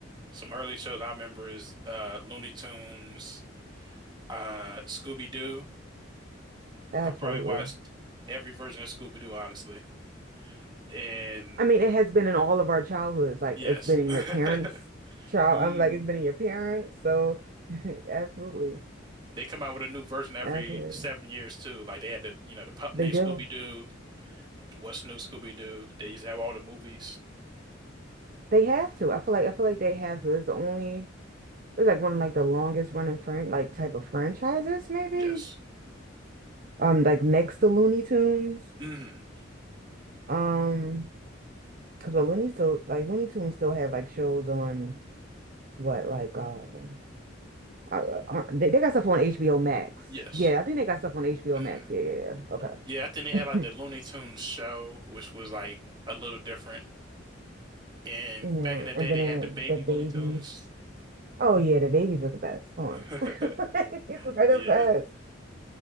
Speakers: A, on the right (about 25°); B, on the right (about 45°).
A: some early shows I remember is uh Looney Tunes, uh Scooby-Doo.
B: absolutely.
A: I probably watched every version of Scooby-Doo, honestly. And
B: I mean, it has been in all of our childhoods. Like
A: yes.
B: it's been in
A: <laughs>
B: your parents' child.
A: Mm.
B: I'm like it's been in your parents, so <laughs> absolutely.
A: They come out with a new version every
B: Absolutely.
A: seven years too. Like they had the, you know, the pup
B: They
A: named
B: do.
A: Scooby-Doo, What's New Scooby-Doo. They used to have all the movies.
B: They have to. I feel like I feel like they have to. It's the only it's like one of like the longest running friend like type of franchises maybe.
A: Yes.
B: Um like next to Looney Tunes.
A: hmm
B: Um because well Looney still like Looney Tunes still have like shows on what like um uh, uh, uh, they, they got stuff on HBO Max.
A: Yes.
B: Yeah, I think they got stuff on HBO
A: hmm
B: Max. Yeah, yeah, yeah.
A: Yeah, I think they had
B: Okay.
A: like the Looney
B: <laughs> <clears throat>
A: Tunes show, which was like a little different. And
B: Yeah,
A: back in the day,
B: and then
A: they
B: uh,
A: had the baby
B: the babies.
A: Looney Tunes.
B: Oh yeah, the babies were the best. Come on.
A: <laughs>
B: <laughs> Babies were
A: Yeah,
B: the best.